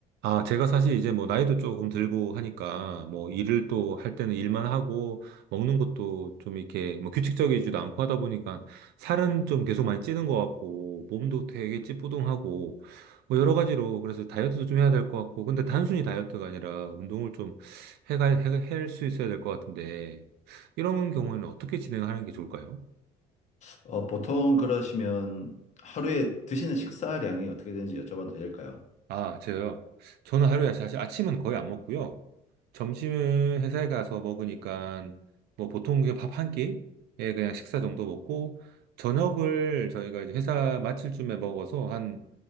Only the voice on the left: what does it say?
어, 보통 그러시면 하루에 드시는 식사량이 어떻게 되는지 여쭤봐도 될까요?